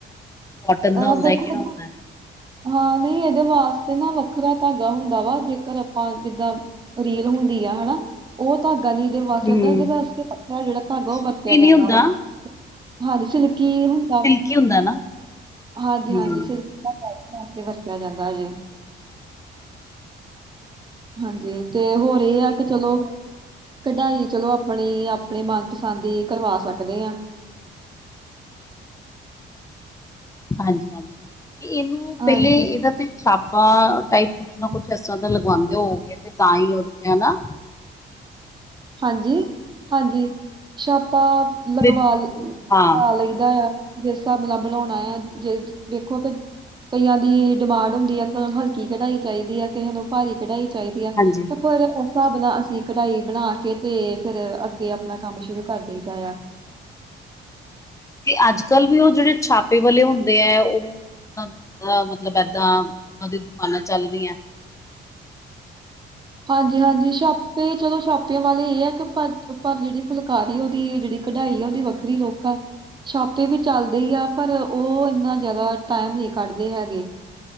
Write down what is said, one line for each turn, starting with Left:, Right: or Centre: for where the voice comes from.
Left: ਕੋਟਨ ਦਾ
Right: ਆਹ
Left: ਹੁੰਦਾ
Right: ਵੇਖੋ
Left: ਹੈ ਕਿਹੜਾ ਹੁੰਦਾ ਹੈ
Right: ਹਾਂ, ਨਹੀਂ ਇਹਦੇ ਵਾਸਤੇ ਨਾ, ਵੱਖਰਾ ਧਾਗਾ ਹੁੰਦਾ ਵਾ, ਜੇਕਰ ਆਪਾਂ ਜਿੱਦਾ ਰੀਲ, ਹੁੰਦੀ ਆ ਹਨਾਂ ਉਹ ਧਾਗਾ ਨੀ ਇਹਦੇ
Left: ਹੂੰ
Right: ਵਾਸਤੇ ਆਉਂਦਾ ਇਹਦੇ ਵਾਸਤੇ ਵੱਖਰਾ ਜਿਹੜਾ
Left: ਮਤਲਬ
Right: ਧਾਗਾ
Left: ਸੂਤੀ
Right: ਉਹ ਵਰਤਿਆ ਜਾਂਦਾ
Left: ਨੀ ਹੁੰਦਾ
Right: ਵਾ। ਹਾਂਜੀ ਸਿਲਕੀ ਹੁੰਦਾ ਵ
Left: ਕਿ ਹੁੰਦਾ ਨਾ।
Right: ਹਾਂਜੀ-ਹਾਂਜੀ
Left: ਹੂੰ
Right: ਸਿਲਕ ਦਾ <unintelligible> ਵਰਤਿਆ ਜਾਂਦਾ ਜੇ। ਹਾਂਜੀ ਤੇ ਹੋਰ ਇਹ ਆ ਕਿ ਚਲੋ ਕਢਾਈ ਚਲੋ ਆਪਣੀ ਆਪਣੇ ਮਨਪਸੰਦ ਦੀ ਕਰਵਾ ਸਕਦੇ ਹਾਂ।
Left: ਹਾਂਜੀ-ਹਾਂਜੀ ਤੇ ਇਹਨੂੰ
Right: ਹਾਂਜੀ
Left: ਪਹਿਲੇ ਇਹਦਾ ਤੇ ਛਾਪਾ ਟਾਇਪ ਕੁਝ ਨਾ ਕੁਝ ਇਸ ਤਰ੍ਹਾਂ ਦੇ ਲਗਵਾਉਂਦੇ ਹੋਗੇ ਤੇ ਤਾਂ ਹੀ ਉਹਦੇ ਤੇ ਹਨਾ।
Right: ਹਾਂਜੀ-ਹਾਂਜੀ ਛਾਪਾ
Left: ਮਤਲਬ
Right: ਲਗਵਾ
Left: ਇਹਨੂੰ
Right: ਲਾਈਦਾ
Left: ਹਾਂ
Right: ਆ। ਜਿਸ ਹਿਸਾਬ ਨਾਲ ਬਣਾਉਣਾ ਆ ਜੇ ਦੇਖੋ ਕਿ ਕਈਆਂ ਦੀ ਡਿਮਾਂਡ ਹੁੰਦੀ ਆ ਕ ਹਲਕੀ ਕਢਾਈ ਚਾਹੀਦੀ ਹੈ ਕਿਸੇ ਨੂੰ ਭਾਰੀ ਕਢਾਈ ਚਾਹੀਦੀ ਆ ਤੇ
Left: ਹਾਂਜੀ
Right: ਫਿਰ ਉਸ ਹਿਸਾਬ ਨਾਲ ਅਸੀਂ ਕਢਾਈ ਬਣਾ ਕੇ ਤੇ ਫਿਰ ਅੱਗੇ ਆਪਣਾ ਕੰਮ ਸ਼ੁਰੂ ਕਰ ਦੇਇਦਾ ਆ।
Left: ਤੇ ਅੱਜ ਕੱਲ੍ਹ ਵੀ ਉਹ ਜਿਹੜੇ ਛਾਪੇ ਵਾਲੇ ਹੁੰਦੇ ਤੇ ਇਹ ਉਹ ਉਹਨਾਂ ਦਾ ਮਤਲਬ ਇਹਦਾ ਉਹਨਾਂ ਦੀਆ ਦੁਕਾਨਾ ਚੱਲ ਰਹੀਆ।
Right: ਹਾਂਜੀ-ਹਾਂਜੀ ਛਾਪੇ ਚਲੋ ਛਾਪਿਆਂ ਵਾਲੇ ਇਹ ਹੈ ਕਿ ਪਰ-ਪਰ ਜਿਹੜੀ ਫੁਲਕਾਰੀ ਉਹਦੀ ਜਿਹੜੀ ਕਢਾਈ ਹੈ ਉਹਦੀ ਵੱਖਰੀ ਲੁਕ ਆ। ਛਾਪੇ ਵੀ ਚੱਲਦੇ ਹੀ ਆ ਪਰ ਉਹ ਇੰਨਾ ਜਾਦਾ ਟਾਇਮ ਨਹੀਂ ਕੱਢਦੇ ਹੈਗੇ।